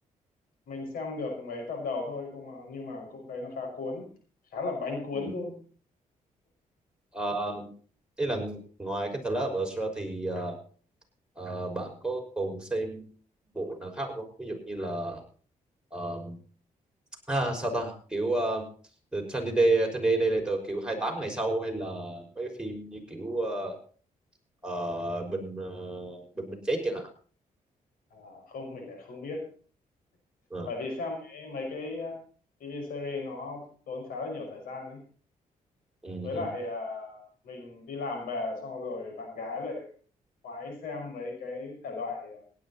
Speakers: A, on the left; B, in the centre.
A: mình xem được mấy tập đầu thôi cũng mà nhưng mà cũng thấy nó khá cuốn khá là bánh cuốn
B: ừ.
A: luôn
B: Ờ, ý là ngoài cái The Last of Us ra thì ờ, ờ, bạn có còn xem bộ nào khác không ví dụ như là ờ, à, sao ta kiểu uh, The 20 Day 20 Day Later kiểu 28 ngày sau hay là mấy cái phim như kiểu ờ, ờ, bình ờ, bình minh chết chẳng hạn
A: à, không mình lại không biết
B: Ờ,
A: bởi vì xem cái mấy cái TV series nó tốn khá là nhiều thời gian ấy
B: ừ,
A: với lại
B: hứ.
A: à, mình đi làm về xong rồi bạn gái lại khoái xem mấy cái thể loại à,